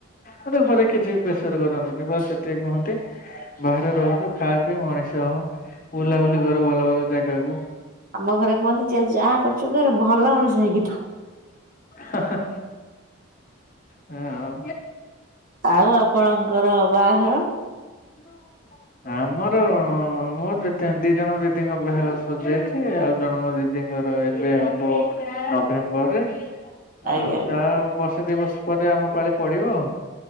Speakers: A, on the left; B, on the right.
A: ମତେ ଘରେ କିଛି ବି ପ୍ରେସର କରନ୍ତିନି ବା ସେତିିକି କୁହନ୍ତି। ବାହାରେ ରହୁଛୁ ଖାଇବା ପିଇ ମଣିଷ ହୋ ବୁଲାବୁଲି କର ଭଲ ଭଲ ଜାଗାକୁ।
B: ଆମ ଘରେ କୁହନ୍ତି ଯେ ଯାହା କରୁଛୁ କର ଭଲ ମଣିଷ ହେଇକି ଥାଆ।
A: ହା ହା। ହଁ।
B: ଆଉ ଆପଣଙ୍କର ବାହାଘର।
A: ଇଲ ବୋଉ ଗଲାଣି। ଆମର ମୋର ସେକେଣ୍ଡ ଦି ଜଣ ଦିଦିଙ୍କ ବାହାଘର ସରିଯାଇଛି ଆଉ ଜଣଙ୍କ ଦିଦିଙ୍କର ଏବେ ହବ। ନଭେମ୍ବରରେ
B: ଆଜ୍ଞା
A: ଆଉ
B: ଆଜ୍ଞା
A: ତା ବର୍ଷେ ଦି ବର୍ଷ ପରେ ଆମ ପାଳି ପଡିବ ଆଉ।